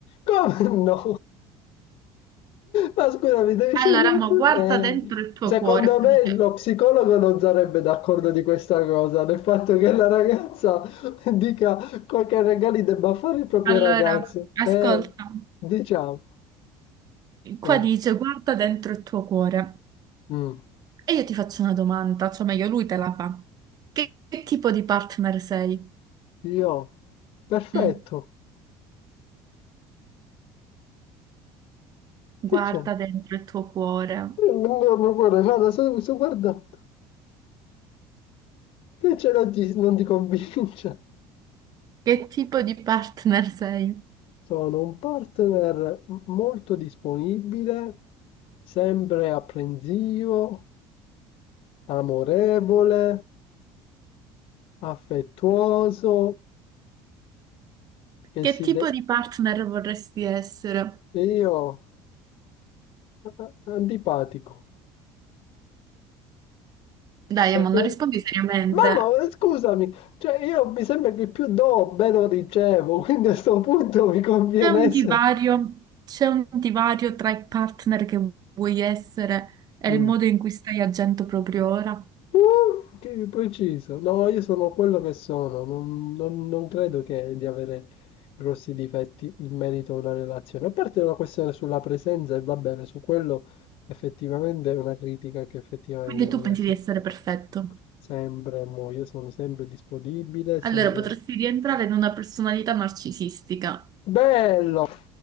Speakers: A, on the left; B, on the right.
A: Come no? Ma scusami, devi
B: Allora,
A: scegliere
B: mo
A: tu.
B: guarda
A: Eh,
B: dentro il tuo
A: Secondo
B: cuore. Qua
A: me
B: dice...
A: lo psicologo non sarebbe d'accordo di questa cosa, del fatto che la ragazza <laughs> dica quel che regali debba fare il proprio
B: Allora,
A: ragazzo.
B: ascolta.
A: Eh, diciamo.
B: Qua
A: Eh,
B: dice, guarda dentro il tuo cuore.
A: mm.
B: E io ti faccio una domanda, cioè meglio lui te la fa. Che, che tipo di partner sei?
A: Io, perfetto.
B: Mm. Guarda
A: Che c'è?
B: dentro il tuo cuore.
A: Io Non mi guarda, guarda, sto sto guardando. Invece non ti, non ti convince.
B: Che tipo di partner sei?
A: Sono un partner m- molto disponibile, sempre apprensivo, amorevole, affettuoso, che
B: Che
A: si
B: tipo
A: de-
B: di partner vorresti essere?
A: e io eh, antipatico.
B: Dai,
A: Perché
B: Amanda, rispondi seriamente.
A: Mamma, eh, scusami, cioè io mi sembra che più do, meno ricevo, quindi a sto punto mi conviene
B: C'è un
A: essere...
B: divario, c'è un divario tra i partner che vuoi essere e
A: Mm.
B: il modo in cui stai agendo proprio ora?
A: Uh, che preciso. No, io sono quello che sono. Non, non- non credo che di avere grossi difetti in merito a una relazione. A parte la questione sulla presenza, e va bene, su quello effettivamente è una critica che effettivamente
B: Perché
A: potresti
B: tu pensi di essere
A: fare.
B: perfetto.
A: Sempre, mo, io sono sempre disponibile, sempre...
B: Allora, potresti rientrare in una personalità narcisistica.
A: Bello!